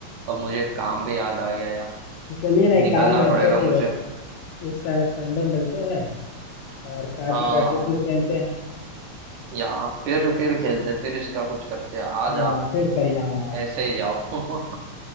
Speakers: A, on the right (about 75°); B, on the left (about 75°).
A: अब मुझे काम भी याद आ गया यार
B: तो चलिए ना एक
A: निकलना
B: काम करते
A: पड़ेगा
B: हैं कि
A: मुझे
B: इस साल संडे मिलते हैं और साथ
A: हाँ
B: में बैठ के फिर खेलते हैं
A: या फिर फिर खेलते फिर इसका कुछ करते हैं। आज
B: हाँ
A: आप
B: फिर परिणाम आएगा
A: ऐसे ही जाओ <laughs>